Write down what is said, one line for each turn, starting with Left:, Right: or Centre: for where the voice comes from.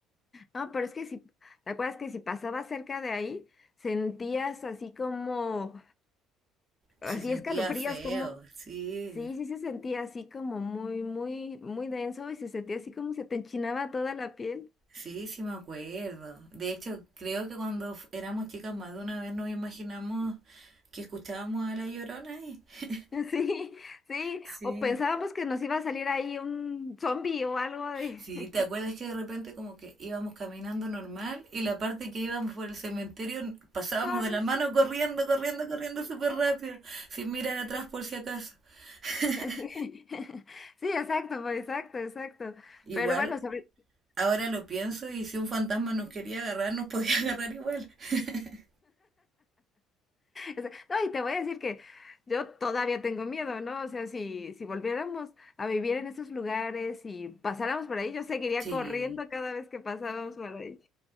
Left: no, pero es que si, ¿te acuerdas que si pasaba cerca de ahí, sentías así como, así
Right: Se sentía
Left: escalofríos,
Right: feo,
Left: como,
Right: sí.
Left: sí, sí se sentía así como muy, muy, muy denso y se sentía así como se te enchinaba toda la piel.
Right: Sí, sí me acuerdo. De hecho, creo que cuando f- éramos chicas más de una vez nos imaginamos que escuchábamos a La Llorona ahí. <laughs>
Left: <laughs> Sí, sí.
Right: Sí.
Left: O pensábamos que nos iba a salir ahí un zombie o algo de...
Right: Sí,
Left: <laughs>
Right: ¿te acuerdas que de repente como que íbamos caminando normal y la parte que íbamos por el cementerio n- pasábamos
Left: Corre.
Right: de la mano corriendo, corriendo, corriendo súper rápido, sin mirar atrás por si acaso? <laughs>
Left: <laughs> Sí, exacto, pues, exacto, exacto.
Right: Igual,
Left: Pero bueno, sobre... <laughs>
Right: ahora lo pienso y si un fantasma nos quería agarrar, nos podía agarrar igual. <laughs>
Left: O sea, No, y te voy a decir que yo todavía tengo miedo, ¿no? O sea, si, si volviéramos a vivir en esos lugares y pasáramos por ahí, yo seguiría
Right: Sí,
Left: corriendo cada vez que pasábamos por ahí.